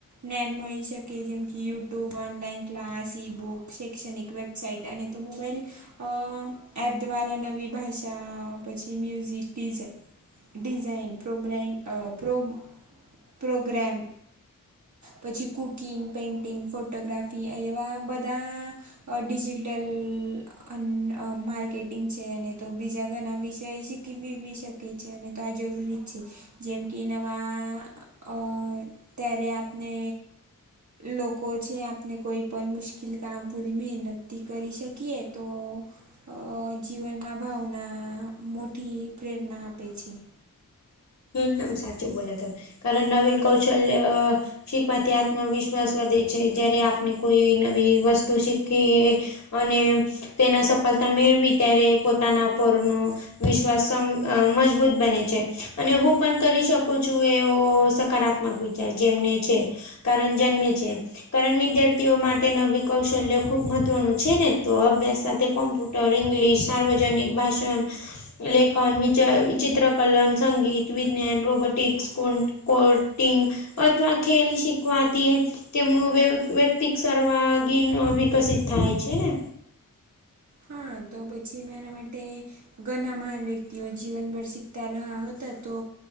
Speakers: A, on the right (about 55°); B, on the left (about 50°).
A: નેન મળી શકે જેમ કે YouTube online class e book શૈક્ષણિક વેબ સાઇટ અને તો મોબાઈલ અહ એપ દ્વારા નવી ભાષા પછી મ્યુઝિક ડિઝે ડિઝાઇન પ્રોબ્રેમ અહ પ્રો-પ્રોગ્રામ પછી કુકિંગ પેઇન્ટિંગ ફોટોગ્રાફી એવા બધા અહ ડીજિટલ અન અહ માર્કેટિંગ છે અને તો બીજા ઘના વિષય શીખવી બી શે કે છે અને તો આ જરૂરી છે. જેમ કે નવા અહ ત્યારે આપને લોકો છે આપને કોઈ પણ મુશ્કેલ કામ પૂરી મહેનતથી કરી શકીએ તો અહ જીવનમાં ભાવના મોટી પ્રેરણા આપે છે.
B: એકદમ સાચું બોલ્યા તમે કારણ નવીન કૌશલ્ય અહ શીખવાથી આત્મવિશ વિશ્વાસ વધે છે જયારે આપણે કોઈ નવી વસ્તુ શીખી અને તેના સફળતા મેળવી ત્યારે પોતાના પરનું વિશ્વાસ મજબૂત અહ બને છે અને હું પણ કરી શકું છું એ તો સકારાત્મક વિચાર જેમને છે કારણ જન્મે છે. કારણ વિદ્યાર્થીઓ માટે નવી કૌશલ્ય ખુબ મહત્વનું છે ને તો અભ્યાસ સાથે કોમ્પ્યુ ટર ઇંગ્લિશ સાર્વજનિક ભાષણ લેખન વિચ-વિચિત્રકલન સંગીત વિજ્ઞાન રોબોટિક્સ કો-કોર્ટિંગ અથવા ખેલ શીખવાતી તેમનું વ્યવ-વ્યક્તિક સર્વાંગિન વિકસિત થાય છે ને.
A: હા તો પછી મેં એના માટે ઘના મહાન વ્યક્તિઓ જીવનભર શીખતા રહા હતા તો